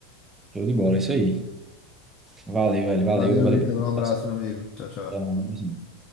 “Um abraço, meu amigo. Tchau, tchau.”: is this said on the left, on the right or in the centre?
Left